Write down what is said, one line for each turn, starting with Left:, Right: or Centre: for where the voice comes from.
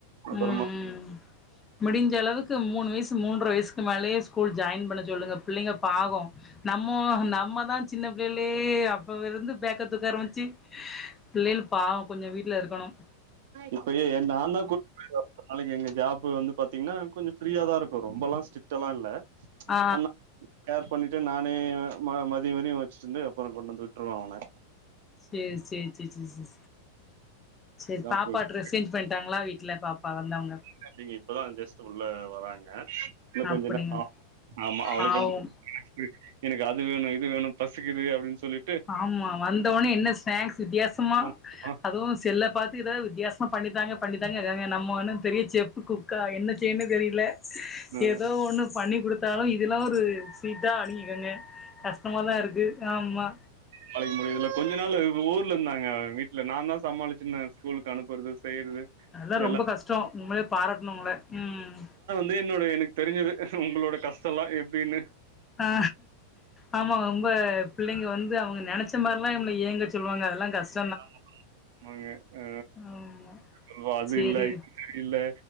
Right: அப்புறமா
Left: ம் ம் முடிஞ்ச அளவுக்கு மூணு வயசு மூன்ற வயசுக்கு மேலயே ஸ்கூல் ஜாயின் பண்ண சொல்லுங்க பிள்ளைங்க பாவோம் நம்மோ நம்மதான் சின்ன பிள்ளைலயே அப்ப இருந்து பேக்க தூக்க ஆரம்பச்சு பிள்ளைகள் பாவம் கொஞ்சோம் வீட்டுல இருக்கணும்
Right: இப்பயே நான் தான் கூட்டி நாளைக்கு எங்க ஜாப்பு வந்து பாத்தீங்கன்னா கொஞ்சோம் ஃப்ரீயா தான் இருக்கும் ரொம்பலாம் ஸ்ட்ரிட்டாலாம் இல்ல
Left: ஆ
Right: ஆனா கேர் பண்ணிட்டு நானே மதிய மதியம் வச்சுட்டு இருந்து அப்புறோம் கொண்டு வந்து விட்டுருவேன் அவன
Left: செரி செரி செரி செரி செரி செரி
Right: இதா
Left: பாப்பா
Right: போயிட்டு
Left: ட்ர ட்ரெஸ் சேஞ்சு பண்ணிட்டாங்களா வீட்டுல பாப்பா வந்து அ
Right: இன்னும் இல்லைங்க இப்பதான் ஜெஸ்ட் உள்ள வராங்க இன்னும் கொஞ்ச
Left: அப்டிங்க
Right: நேரம் ஆகும் ஆமா அவளுக்கு
Left: பாவோ
Right: எனக்கு அது வேணும் இது வேணும் பசிக்குது அப்படின்னு சொல்லி
Left: ஆமா வந்தோனே என்ன ஸ்நாக்ஸ் வித்தியாசமா
Right: ஆமா
Left: அதோ செல்ல பாத்து ஏதாவது வித்தியாசமா பண்ணித்தாங்க பண்ணித்தாங்க நம்ம ஒன்னும் பெரிய செப்பு அக்கா என்ன செய்யன்னு தெரியல
Right: ம்
Left: ஏதோ ஒண்ணு பண்ணி குடுத்தாலும் இதெல்லா ஒரு ஸ்வீட்டா அப்டிங்கிறாங்க கஷ்டமாதா இருக்கு ஆமா
Right: அழைக்க முடியுதுல கொஞ்ச நாள்ல ஊர்லந்தாங்க வீட்ல நந்தா சமாளிச்சிந்த ஸ்கூலுக்கு அனுப்பறது செய்யறது
Left: அல்லா ரொம்ப
Right: எல்லா
Left: கஷ்டோ உண்மலியே பாராட்னு உங்ள ம்
Right: தே என்னோட எனகு தெரிஞ்சது உங்களோட கஷ்டோல்லா எப்டின்னு
Left: ஆ ஆமா ரொம்ப பிள்ளைங்க வந்து அவுங்க நெனச்ச மார்லா எம்ல ஏங்கச் சொல்வாங்க அதெல்லாங் கஷ்
Right: ஆமா மாங்க அ
Left: ஆமா
Right: சொல்வா அது
Left: சேரி
Right: இல்ல இது செரி இல்ல